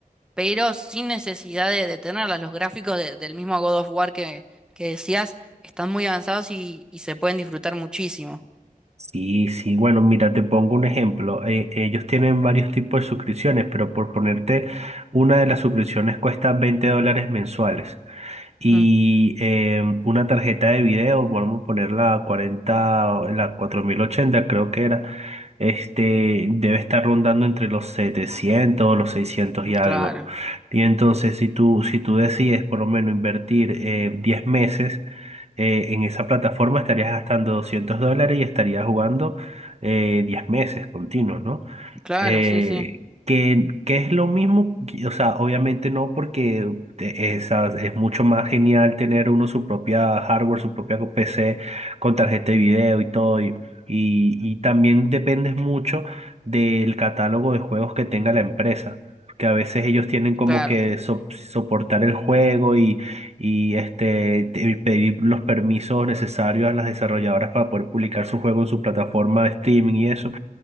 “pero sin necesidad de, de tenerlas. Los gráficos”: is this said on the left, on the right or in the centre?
Centre